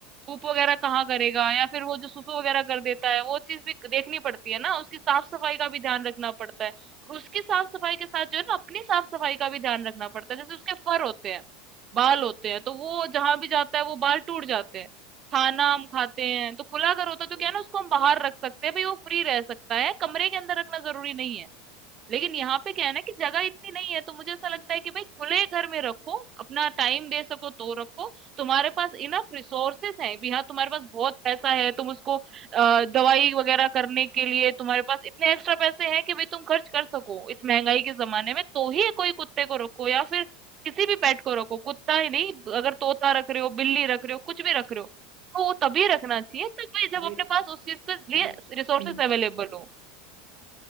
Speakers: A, on the right; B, on the right.
A: धूप वगैरह कहाँ करेगा या फिर वो जो सुसु वगैरह कर देता है वो चीज भी देखनी पड़ती है ना उसकी साफ सफाई का भी ध्यान रखना पड़ता है और उसकी साफ सफाई के साथ जो है ना अपनी साफ सफाई का भी ध्यान रखना पड़ता है जैसे उसके फर होते हैं बाल होते हैं तो वो जहां भी जाता है वो बाल टूट जाते हैं खाना हम खाते हैं तो खुला अगर होता तो
B: भाई
A: क्या है ना उसको हम बाहर रख सकते हैं भाई वो फ्री रह सकता है कमरे के अंदर रखना जरूरी नहीं है लेकिन यहाँ पे क्या है ना कि जगह इतनी नहीं है तो मुझे ऐसा
B: बिल्कुल
A: लगता है कि भाई खुले घर में रखो अपना टाइम दे सको तो रखो तुम्हारे पास इनफ रिसोर्सेस हैं भी हाँ तुम्हारे पास बहुत पैसा है तुम उसको अ, दवाई वगैरह करने के लिए तुम्हारे पास इतने एक्स्ट्रा पैसे हैं कि भाई तुम खर्च कर सको इस महंगाई के जमाने में तो ही कोई कुत्ते को रखो या फिर किसी भी पेट को रखो कुत्ता ही नहीं अगर तोता रख रहे हो बिल्ली रख रहे हो कुछ भी रख रहे हो तो वो तभी रखना चाहिए तो भाई जब
B: अरे
A: अपने पास उस चीज के
B: अरे
A: लिए रिसोर्सेस
B: <clears throat>
A: अवेलेबल हो